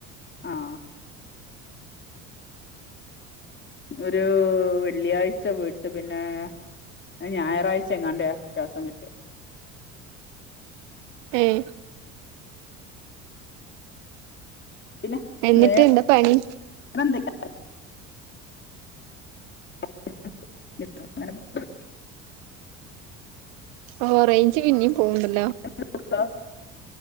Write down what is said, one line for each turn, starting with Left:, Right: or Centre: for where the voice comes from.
Left: ആഹ്. ഒരു വെള്ളിയാഴ്ച പോയിട്ട് പിന്നെ. അങ്ങ് ഞായറാഴ്ച എങ്ങാണ്ട് ശ്വാസം കിട്ടി.
Right: ഏഹ്
Left: പിന്നെ
Right: എന്നിട്ട്
Left: വേറെ
Right: എന്താ പണി
Left: എന്തൊക്കെയാ? <inaudible>
Right: ഓഹ് റേഞ്ച് പിന്നെയും പോവുണ്ടല്ലോ.
Left: <unintelligible> ഇപ്പൊ